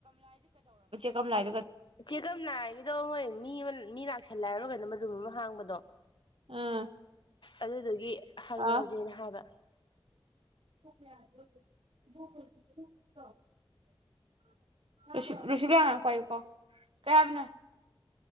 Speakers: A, on the right; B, on the left.
A: ꯀꯝ ꯂꯥꯏ
B: ꯆꯤꯀꯝꯅꯗꯣꯣꯏ ꯃꯤ ꯃꯤ ꯂ ꯇ ꯁꯟꯂꯥꯏꯔꯒꯅ ꯃꯔꯨꯝ ꯑꯃ ꯍꯥꯡꯕꯗꯣ
A: ꯑꯥ
B: ꯑꯗꯨꯗꯨꯒꯤ ꯍꯪꯅꯖꯦꯅ
A: ꯑꯥ
B: ꯍꯥꯏꯕ
A: ꯌꯥ ꯂ <unintelligible> ꯑ ꯔꯤꯁꯤꯤꯗꯌꯥꯅ ꯀꯀꯣ ꯀꯌꯥꯕꯅꯣ